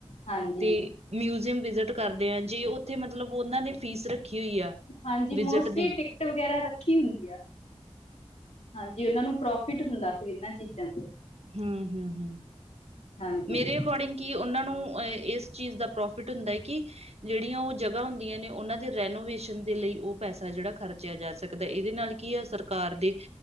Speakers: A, on the left; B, on the right.
A: ਹਾਂਜੀ
B: ਤੇ, ਮਿਊਜ਼ੀਅਮ ਵਿਜਿਟ ਕਰਦੇ ਆ ਜੇ ਉੱਥੇ ਮਤਲਬ ਉਹਨਾਂ ਨੇ ਫੀਸ ਰੱਖੀ ਹੋਈ ਆ
A: ਹਾਂਜੀ,
B: ਵਿਜਿਟ
A: ਮੋਸਟਲੀ
B: ਦੀ
A: ਟਿਕਟ ਵਗੈਰਾ ਰੱਖੀ ਹੁੰਦੀ ਆ ਹਾਂਜੀ ਉਹਨਾਂ ਨੂੰ ਪ੍ਰੋਫਿਟ ਹੁੰਦਾ ਫਿਰ ਇਹਨਾਂ ਚੀਜ਼ਾਂ ਤੋਂ
B: ਹਮ-ਹਮ-ਹਮ
A: ਹਾਂਜੀ
B: ਮੇਰੇ ਅਕੋਰਡਿੰਗ ਕਿ ਉਹਨਾਂ ਨੂੰ ਇਸ ਚੀਜ਼ ਦਾ ਪ੍ਰੋਫਿਟ ਹੁੰਦਾ ਕਿ ਜਿਹੜੀਆਂ ਉਹ ਜਗ੍ਹਾ ਹੁੰਦੀਆਂ ਨੇ, ਉਹਨਾਂ ਦੇ ਰੈਨੋਵੇਸ਼ਨ ਦੇ ਲਈ ਉਹ ਪੈਸਾ ਜਿਹੜਾ ਖਰਚਿਆ ਜਾ ਸਕਦਾ ਏ, ਇਹਦੇ ਨਾਲ ਕੀ ਆ ਸਰਕਾਰ ਦੀ,